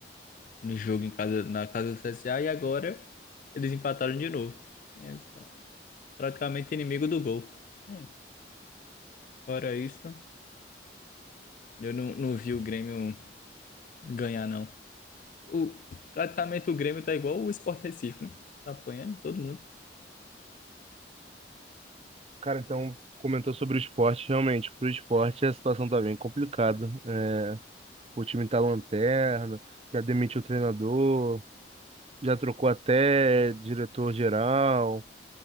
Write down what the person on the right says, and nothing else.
Cara, então, comentou sobre o esporte. Realmente, pro esporte a situação tá bem complicada. É, o time tá lanterna, já demitiu o treinador, já trocou até diretor-geral.